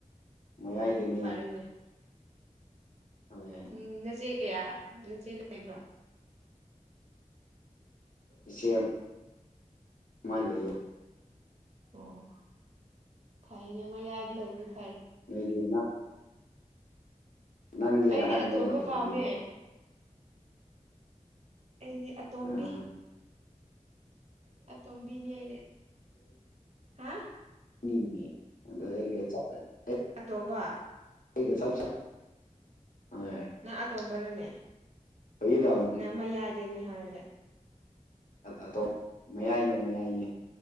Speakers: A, on the left (about 85°); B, on the right (about 55°).
A: ꯃꯌꯥꯏꯗꯅꯦ
B: ꯑꯣ ꯐꯔꯦꯅꯦ
A: ꯍꯣꯏ
B: ꯎꯝ ꯅꯆꯦ ꯀꯌꯥ ꯅꯆꯦ ꯂꯩꯕ꯭ꯔꯣ
A: ꯏꯆꯦ ꯃꯥ ꯂꯩꯌꯦ
B: ꯑꯣ ꯐꯩꯅꯦ ꯑꯃ ꯌꯥꯏꯗ ꯂꯩꯕ ꯐꯔꯦ
A: ꯂꯩꯣꯏꯗꯤ ꯃꯥ ꯅꯪꯗꯤ
B: ꯑꯩꯗꯤ
A: ꯑꯍꯟꯔꯣ
B: ꯑꯇꯣꯟꯕ
A: ꯑꯇꯣꯝꯕꯤꯔꯣ
B: ꯄꯥꯝꯃꯦ ꯑꯩꯗꯤ ꯑꯇꯣꯝꯕꯤ
A: ꯑꯩꯁꯦ
B: ꯑ ꯇꯣꯝꯕꯅꯤꯗꯦ ꯍꯥ
A: ꯅꯤꯦ ꯑ ꯍꯒ ꯆ <unintelligible>
B: ꯇꯣꯡꯝꯕ
A: ꯆꯁ <unintelligible>
B: ꯅꯪ ꯑꯇꯣꯝꯕꯔꯣꯅꯦ
A: ꯐꯒꯤ ꯇꯧꯕꯅꯤ
B: ꯅꯪ ꯃꯌꯥꯏꯗꯅꯦ ꯍꯥꯏꯔꯒꯦ
A: ꯑꯇꯣꯞ ꯃꯌꯥꯏꯅꯦ ꯃꯌꯥꯏꯅꯦ